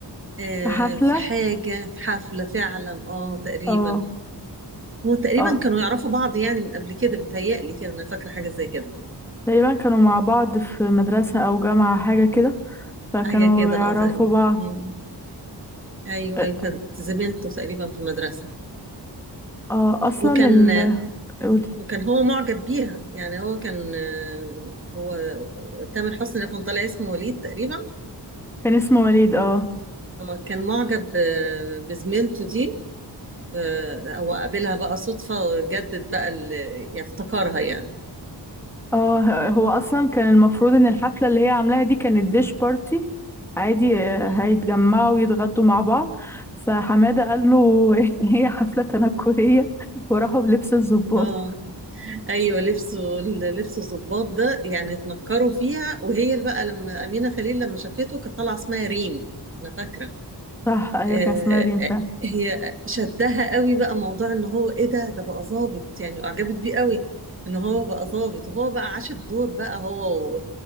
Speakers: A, on the right (about 30°); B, in the centre.
A: آه،
B: في حفلة
A: في حاجه في حفله فعلا اه تقريبا
B: اه
A: هو تقريبا
B: اه
A: كانوا يعرفوا بعض يعني من قبل كده بيتهيألي كده انا فاكره حاجه زي كده
B: تقريبا كانوا مع بعض في مدرسة أو جامعة حاجة كده فكانوا
A: حاجه كده
B: يعرفوا
A: اه تقريبا
B: بعض
A: مم. ايوه
B: اه
A: ايوه كانت زميلته تقريبا في المدرسه
B: آه، أصلا
A: وكان
B: ال قولي
A: وكان هو معجب بيها يعني هو كان آه، هو تامر حسني اللي كان طالع اسمه وليد تقريبا
B: كان اسمه وليد اه
A: هو كان معجب آه، بزميلته دي آه، او اقابلها بقى صدفة جدد بقى ال- يعني افتكرها يعني
B: اه ه- هو اصلا كان المفروض ان الحفله اللي هي عاملاها دي كانت ديش بارتي عادي آه،
A: مم.
B: هيتجمعوا ويتغدوا مع بعض فحماده قال له <laughs> ان هي حفله تنكريه وراحوا بلبس الضباط
A: اه ايوه لبسه لبسه الضباط ده يعني اتنكروا فيها وهي اللي بقى لما امينه خليل لما شافته كانت طالعه اسمها ريم انا فاكره
B: صح ايوه
A: آه
B: كان اسمها ريم فعلا
A: آه، هي شدها قوي بقى موضوع ان هو ايه ده ده بقى ظابط يعني اعجبت بيه قوي ان هو بقى ظابط وهو بقى عاش الدور بقى هو و-